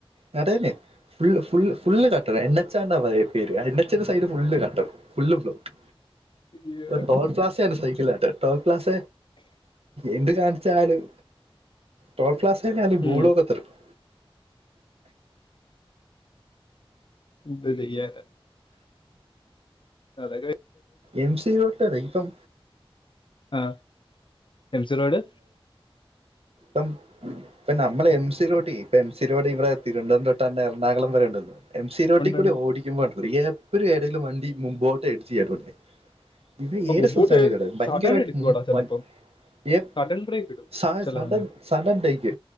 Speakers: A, on the right; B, on the left.
A: നെട്ടെന്നെ ഫു ഫു ഫുള്ള് കട്ടർ എൻ എച്ചാ ന്നാ പറയും പേര് എൻ എച്ചിന്റെ side full cutter full block
B: അയ്യോ.
A: ഒരു ടോൾ പ്ലാസ്യാന്ന സൈക്കിലാണ്ട് ടോപ് പ്ലാസ എന്ത് കാണിച്ചാലും ടോൾ പ്ലാസെ <unintelligible>
B: ഉം. എന്ത് ചെയ്യാനാ അതൊക്കെ
A: എം സി റോട്ടിലല്ലേ ഇപ്പം
B: ആഹ് എം സി റോഡ്
A: പ്പം നമ്മളെ എം സി റോട്ടി ഇപ്പോ എം സി റോഡ് ഇവിടെ തിരുവനന്തപുരം തൊട്ട് തന്നെ എറണാകുളം വരെ ഉണ്ടോന്ന് തോന്നു എം സി റോട്ടി
B: ഉണ്ട്
A: കൂടി
B: ഉണ്ട്
A: ഓടിക്കുമ്പോ എപ്പഴും എടെല് വണ്ടി മുമ്പോട്ട് എടിച്ചു <unintelligible> ഇത്
B: അപ്പൊ
A: ഏറെ
B: മുമ്പോട്ട്
A: <unintelligible> ഭയങ്കരായിട്ട്
B: സഡൻ എടുക്കുവാടാ
A: <unintelligible>
B: ചിലപ്പം
A: എഹ്
B: സഡൻ ബ്രേക്ക് ഇടും
A: സ <unintelligible>
B: ചില സമയത്ത്
A: സഡൻ ടേക്ക്